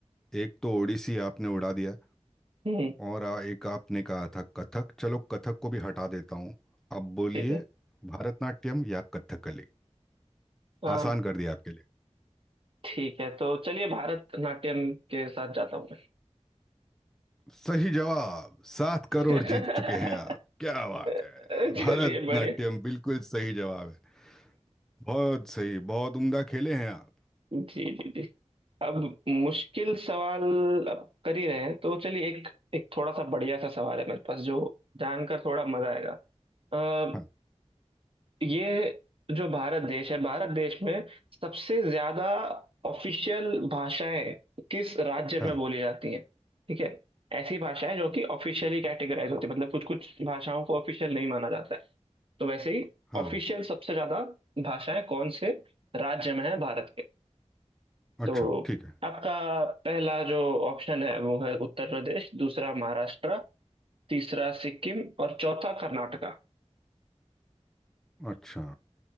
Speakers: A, in the centre; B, on the right.
A: एक तो ओडिसी आपने उड़ा दिया
B: हम्म
A: और आ, एक आपने कहा था कथक चलो कथक को भी हटा देता हूँ अब बोलिए
B: ठीक है
A: भारतनाट्यम या कथकली
B: आ,
A: आसान कर दिया आपके लिए
B: ठीक है तो चलिए भारत नाट्यम के साथ जाता हूँ
A: सही जवाब सात करोड़
B: मैं
A: जीत चुके हैं आप
B: <laughs>
A: क्या बात है
B: <laughs> चलिए
A: भारतनाट्यम
B: बड़े
A: बिल्कुल सही जवाब है बहुत सही बहुत उम्दा खेले हैं आप
B: जी जी जी अब मुश्किल सवाल अब कर ही रहे हैं तो चलिए एक एक थोड़ा सा बढ़िया सा सवाल है मेरे पास जो जानकर थोड़ा मजा आएगा अ,
A: हाँ
B: ये जो भारत देश है भारत देश में सबसे ज्यादा ऑफिशियल भाषाएं किस राज्य में
A: हाँ
B: बोली जाती हैं ठीक है ऐसी भाषाएं जो कि ऑफिशियली कैटेगराइज होती है मतलब कुछ कुछ भाषाओं को ऑफिशियल नहीं माना जाता है तो वैसे ही
A: हाँ
B: ऑफिशियल सबसे ज्यादा भाषाएं कौन से राज्य में है भारत के तो
A: अच्छा ठीक है
B: आपका पहला जो ऑप्शन है वो है उत्तर प्रदेश दूसरा महाराष्ट्र तीसरा सिक्किम और चौथा कर्नाटका
A: अच्छा